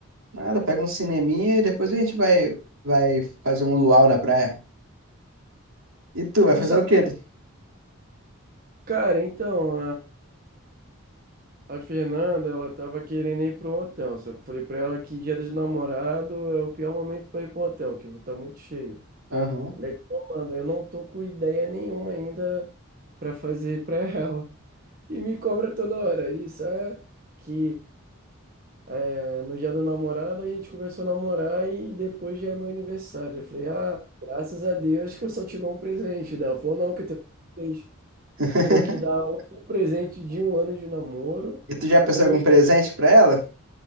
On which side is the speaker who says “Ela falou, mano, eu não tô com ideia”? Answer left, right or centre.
Right